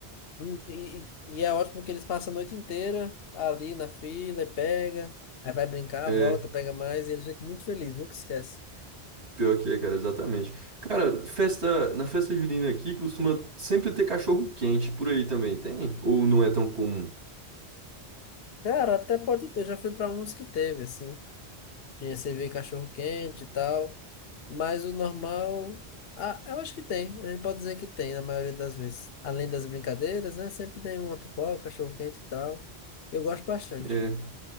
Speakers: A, on the left (about 65°); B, on the right (about 85°).
A: Hum, E, e e é ótimo que eles passam a noite inteira ali na fila e pega, aí vai brincar,
B: é
A: volta, pega mais, e eles ficam muito felizes, nunca esquece.
B: Pior que é, cara, exatamente. Cara, festa, na festa junina aqui costuma sempre ter cachorro quente por aí também, tem? Ou não é tão comum?
A: Cara, até pode ter, eu já fui pra uns que teve, assim. Tinha cerveja cachorro quente e tal, mas o normal, ah, eu acho que tem, a gente pode dizer que tem na maioria das vezes. Além das brincadeiras, né, sempre tem uma pipoca, cachorro quente e tal. Eu gosto bastante.
B: É.